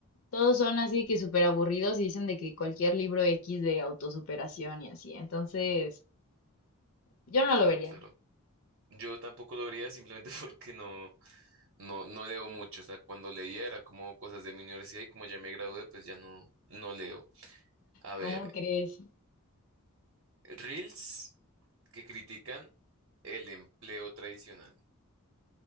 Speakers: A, on the left; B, on the right.
A: todos son así que súper aburridos y dicen de que cualquier libro X de autosuperación y así. Entonces, yo no
B: claro,
A: lo vería.
B: claro. Yo tampoco lo vería simplemente <laughs> porque no, no, no leo mucho. O sea, cuando leía era como cosas de mi universidad y como ya me gradué, pues ya no, no leo. A
A: ¿Cómo
B: ver,
A: crees?
B: Reels que critican el empleo tradicional.